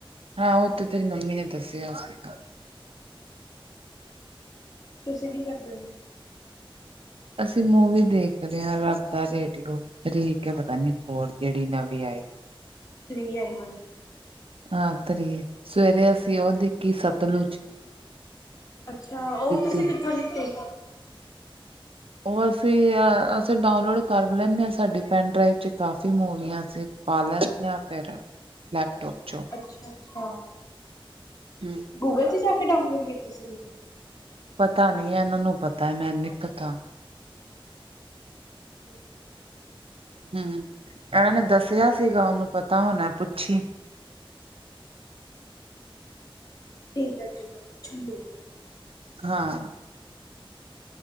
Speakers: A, on the right; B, on the left.
A: ਹਾਂ, ਉਹ ਤੇ ਤੇਰੀ ਮੰਮੀ ਨੇ ਦੱਸਿਆ ਸੀਗਾ।
B: ਤੁਸੀਂ ਕੀ ਕਰਦੇ ਪਏ ਓ?
A: ਅਸੀਂ ਮੂਵੀ ਦੇਖ ਰਹੇ ਹਾਂ ਰੱਬ ਦਾ ਰੇਡੀਓ ਥ੍ਰੀ ਕੇ ਪਤਾ ਨੀ
B: ਅੱਛਾ
A: ਫੋਰ ਜਿਹੜੀ ਨਵੀਂ ਆਈ।
B: ਥ੍ਰੀ ਆਈ ਹੋਣੀ।
A: ਹਾਂ, ਥ੍ਰੀ ਸਵੇਰੇ ਅਸੀਂ ਉਹ ਦੇਖੀ ਸਤਲੁੱਜ।
B: ਅੱਛਾ, ਉਹ ਵੀ ਤੁਸੀਂ
A: ਦੀ
B: ਕਿੱਥੋਂ ਲਿੱਤੇ?
A: ਉਹ ਅਸੀਂ ਅਸੀਂ ਡਾਊਨਲੋਡ ਕਰ ਲੈਂਦੇ ਹਾਂ, ਸਾਡੀ ਪੈਨ ਡਰਾਈਵ ਚ ਕਾਫੀ ਮੂਵੀਆਂ ਸੀ। ਪਾ ਲੈਣ ਹਾ ਫਿਰ ਲੈਪਟੋਪ ਚੋਂ।
B: ਅੱਛਾ- ਅੱਛਾ।
A: ਹੰਮ
B: ਗੂਗਲ 'ਚ ਜਾ ਕੇ ਡਾਊਨਲੋਡ ਕੀਤੀ ਸੀ ਤੁਸੀਂ?
A: ਪਤਾ ਨੀ, ਇਹਨਾਂ ਨੂੰ ਪਤਾ ਮੈਨੇ ਨੀ ਪਤਾ।
B: ਠੀਕ ਹੈ।
A: ਹੂੰ, ਇਹਨਾਂ ਨੇ ਦੱਸਿਆ ਸੀਗਾ ਉਹਨੂੰ ਪਤਾ ਹੋਣਾ ਪੁੱਛੀ।
B: ਠੀਕ ਐ -ਠੀਕ ਐ ਪੁੱਛੂੰਗੀ।
A: ਹਾਂ।